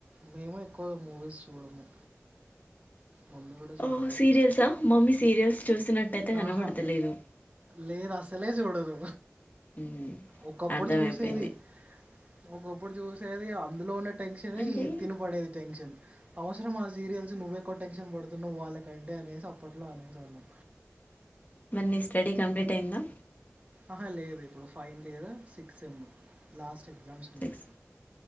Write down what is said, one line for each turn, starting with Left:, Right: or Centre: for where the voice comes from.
Right: మేము ఎక్కువ మూవీస్ చూడము మమ్మీ కూడా చూడదు
Left: ఓ సీరియల్సా మమ్మీ సీరియల్స్ చూసినట్టయితే కనబడతలేదు
Right: ఆహా లేదు అసలే చూడదు
Left: ఉమ్
Right: ఒకప్పుడు
Left: అర్థమైపోయింది
Right: చూసేది ఒకప్పుడు చూసేది అందులో ఉన్న టెన్షనే
Left: అంటే
Right: తిని పడేది టెన్షనే అవస మా సీరియల్స్ నువ్వు ఎక్కువ టెన్షన్ పడుతున్నావు వాళ్ళకంటే అనేసి అప్పట్లో అనేసె వాళ్ళం
Left: మరి నీ స్టడీ కంప్లీట్ అయిందా
Right: ఆహా లేదు ఇప్పుడు final year six M last exams ఉన్నాయి
Left: సిక్స్